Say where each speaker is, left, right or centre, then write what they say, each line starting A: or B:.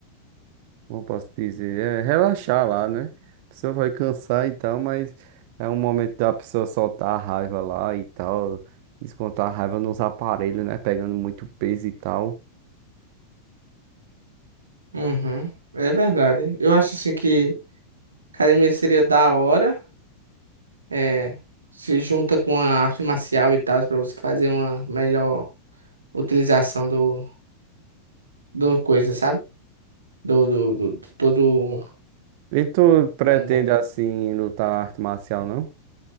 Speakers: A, on the right; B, on the right.
A: como eu posso dizer, é relaxar lá, né? A pessoa vai cansar e tal, mas é um momento da pessoa soltar a raiva lá e tal, descontar a raiva nos aparelhos, né? Pegando muito peso e tal.
B: Uhum, é verdade. Eu acho assim que academia seria da hora, é, se junta com a arte marcial e tal, pra você fazer uma melhor utilização do, do coisa, sabe? Do, do, do, do todo o
A: E tu pretende
B: combo.
A: assim lutar arte marcial, não?